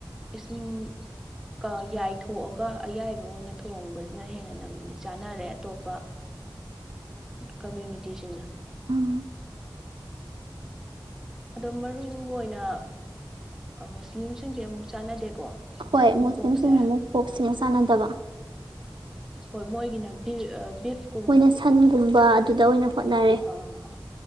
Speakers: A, in the centre; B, on the right.
A: ꯏꯁꯤꯡꯁꯤꯡ ꯌꯥꯏꯊꯣꯛꯑꯒ ꯑꯌꯥꯏꯕ ꯑꯣꯏꯅ ꯊꯣꯡꯕꯁꯤꯅ ꯍꯦꯟꯅ ꯅꯝꯅꯗꯤ ꯆꯥꯅꯔꯦ ꯑꯇꯣꯞꯄ ꯀꯝꯃ꯭ꯌꯨꯅꯤꯇꯤꯁꯤꯡꯅ
B: ꯎꯝ
A: ꯑꯗꯣ ꯃꯔꯨ ꯑꯣꯏꯅ ꯃꯨꯁꯂꯤꯝꯁꯤꯡꯗꯤ ꯑꯃꯨꯛ ꯆꯥꯟꯅꯗꯦꯀꯣ
B: ꯍꯣꯏ ꯃꯨꯁꯂꯤꯝꯁꯤꯡꯅ
A: ꯄꯣꯛꯁꯦ
B: ꯑꯃꯨꯛ ꯐꯣꯛꯁꯤꯃꯨꯛ ꯆꯥꯟꯅꯗꯕ
A: ꯍꯣꯏ ꯃꯣꯏꯒꯤꯅꯕꯤ ꯕꯤꯐ
B: ꯃꯣꯏꯅ ꯁꯟꯒꯨꯝꯕ ꯑꯗꯨꯗ ꯑꯣꯏꯅ ꯍꯣꯠꯅꯔꯦ
A: ꯑꯥ